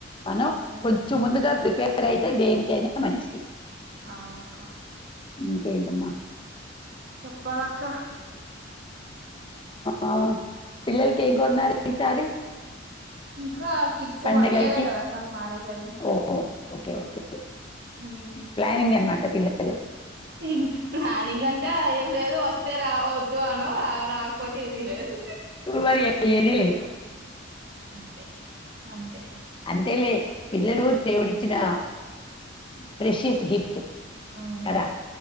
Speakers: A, on the left (about 25°); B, on the right (about 55°).
A: మనం
B: ఉమ్,
A: కొంచెం ముందుగా ప్రిపేర్ అయితే దేనికైనా మంచిది
B: అవునక్క
A: ఇంకేంటమ్మ
B: చెప్పాలక్క
A: ఆ పిల్లలకేం కొన్నారు ఈసారి
B: ఇంకా కిడ్స్
A: పండగలకి
B: వన్ ఇయర్ ఏ కదా అక్క మ్యారేజ్ అయ్యి
A: ఓ ఓకే ఓకే
B: ఉమ్.
A: ప్లానింగ్ అన్మాట పిల్లలు
B: ఇంక ప్లానింగ్ అంటే ఏం లేదు వస్తే రా వద్దు అన రాకపోతే ఏం లేదు
A: మరి ఏది లేదు
B: అంతే అంతే
A: పెళ్ళి పిల్లలు దేవుడిచ్చిన ప్రెషియస్ గిఫ్ట్
B: అవును.
A: కదా